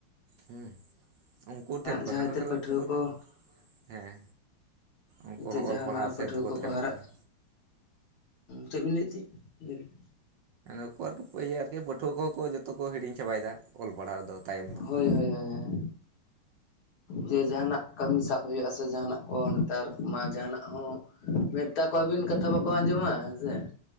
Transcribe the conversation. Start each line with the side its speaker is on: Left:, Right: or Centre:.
Right: ᱦᱩᱸ ᱩᱱᱠᱩ ᱴᱷᱮᱱ ᱠᱷᱚᱱ
Left: ᱡᱟᱦᱟᱸᱭ
Right: ᱫᱚᱢ
Left: ᱛᱮ
Right: <unintelligible>
Left: ᱯᱟᱹᱴᱷᱩᱣᱟᱹ
Right: ᱛᱟᱵᱚᱱᱟ
Left: ᱠᱚ
Right: ᱦᱮᱸ᱾ ᱩᱱᱠᱩ
Left: ᱱᱤᱛᱚᱜ
Right: ᱦᱚᱸ
Left: ᱡᱟᱦᱟᱱᱟᱜ
Right: ᱚᱞ ᱯᱟᱲᱦᱟᱣ
Left: ᱯᱟᱹᱴᱷᱩᱣᱟᱹ
Right: ᱥᱮᱫ ᱫᱚᱠᱚ
Left: ᱠᱚᱠᱚ
Right: ᱛᱟᱭᱚᱢᱚᱜ
Left: ᱦᱟᱨᱟᱜ
Right: ᱠᱟᱱᱟ᱾
Left: ᱪᱮᱫ ᱵᱤᱱ ᱞᱟᱹᱭᱮᱫ ᱛᱟᱦᱮᱸᱫ ᱞᱟᱹᱭ ᱵᱤᱱ᱾
Right: ᱚᱠᱷᱚᱨ <unintelligible> ᱟᱨᱠᱤ ᱯᱟᱹᱴᱷᱩᱣᱟᱹ ᱠᱚᱦᱚᱸ ᱠᱚ ᱡᱚᱛᱚ ᱠᱚ ᱦᱤᱲᱤᱧ ᱪᱟᱵᱟᱭᱮᱫᱟ ᱚᱞ ᱯᱟᱲᱦᱟᱣ ᱫᱚ᱾ ᱛᱟᱭᱚᱢ ᱫᱟᱠᱚ
Left: ᱦᱳᱭ ᱦᱳᱭ ᱦᱳᱭ ᱦᱳᱭ᱾ ᱡᱮ ᱡᱟᱦᱟᱱᱟᱜ ᱠᱟᱹᱢᱤ ᱥᱟᱵ ᱦᱩᱭᱩᱜᱼᱟ ᱥᱮ ᱡᱟᱦᱟᱱᱟᱜ ᱠᱚ ᱱᱮᱛᱟᱨ ᱢᱟ ᱡᱟᱦᱟᱱᱟᱜ ᱦᱚᱸ᱾ ᱢᱮᱛᱟ ᱠᱚᱣᱟ ᱟᱹᱵᱤᱱ ᱠᱟᱛᱷᱟ ᱵᱟᱠᱚ ᱟᱸᱡᱚᱢᱟ ᱦᱮᱥᱮ